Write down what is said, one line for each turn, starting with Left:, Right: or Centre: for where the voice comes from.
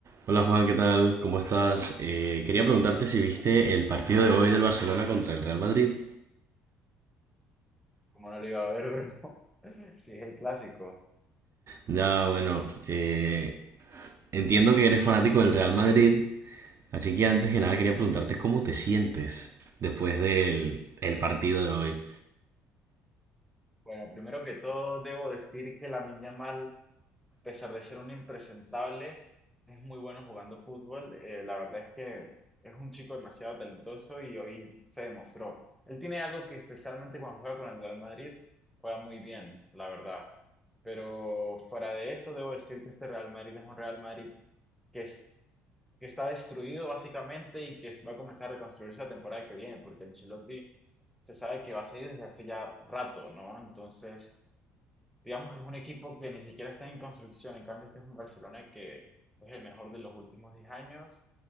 Right: Hola Juan, ¿qué tal? ¿Cómo estás? Eh, quería preguntarte si viste el partido de hoy del Barcelona contra el Real Madrid.
Centre: como no lo iba a ver, bro? <laughs> Sí, es el clásico.
Right: Ya, bueno, eh, entiendo que eres fanático del Real Madrid, así que antes que nada quería preguntarte cómo te sientes después del el partido de hoy.
Centre: Bueno, primero que todo, debo decir que la Yamal, a pesar de ser un impresentable, es muy bueno jugando fútbol. Eh, la verdad es que es un chico demasiado talentoso y hoy se demostró. Él tiene algo que especialmente cuando juega con el Real Madrid, juega muy bien, la verdad. Pero fuera de eso, debo decir que este Real Madrid es un Real Madrid que, es- que está destruido básicamente y que va a comenzar a reconstruirse la temporada que viene, porque Ancelotti se sabe que va a salir desde hace ya rato, ¿no? Entonces, digamos que es un equipo que ni siquiera está en construcción, en cambio este es un Barcelona que es el mejor de los últimos diez años